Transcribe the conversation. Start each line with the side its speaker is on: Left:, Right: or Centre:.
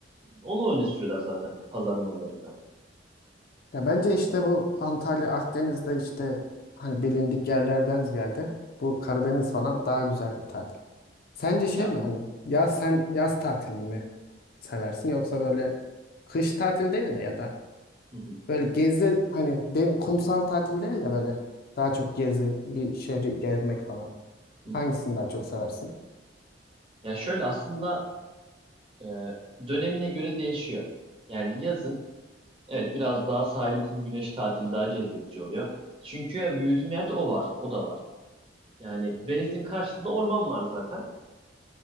Right: Onu öne sürüyorlar zaten pazarlama olarak da.
Left: Ya bence işte bu Antalya Akdeniz'de işte hani bilindik yerlerden ziyade bu Karadeniz falan daha güzel bir tatil. Sence şey
Right: Ya,
Left: mi hani ya sen yaz tatilini mi seversin yoksa böyle kış tatil değil de ya da
Right: hı hı,
Left: böyle gezi hani de- kumsal tatil değil de böyle daha çok gezi bir şehri gezmek falan.
Right: hı hı.
Left: Hangisini daha çok seversin?
Right: Ya şöyle aslında e, dönemine göre değişiyor. Yani yazın evet biraz daha sahil, kum, güneş tatili daha cezbedici oluyor. Çünkü ya büyüdüğüm yerde o var, o da var. Yani denizin karşısında orman var zaten.